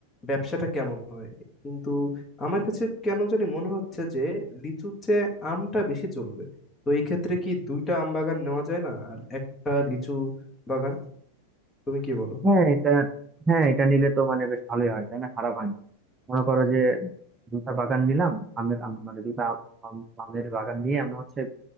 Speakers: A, on the left; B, on the right.
A: ব্যবসাটা কেমন হয় কিন্তু আমার কাছে কেন জানি মনে হচ্ছে যে লিচুর চেয়ে আমটা বেশি চলবে তো এই ক্ষেত্রে কি দুইটা আম বাগান নেওয়া যায় না আর একটা লিচু বাগান তুমি কি বলো
B: হ্যাঁ এটা হ্যাঁ এটা নিলে তো মানে বেশ ভালোই হয় তাই না খারাপ হয় না মনে করো যে দুটা বাগান নিলাম আমের আম মানে দুটা আম- আমের বাগান নিয়ে আমরা হচ্ছে